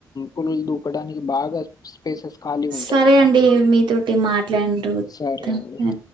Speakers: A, on the left; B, on the right.
A: పులులు దూకడానికి బాగా స్పేసెస్ ఖాళీ ఉంటాయి
B: సరే
A: కదా
B: అండి మీతోటి మాట్లాడరు
A: సరే అండి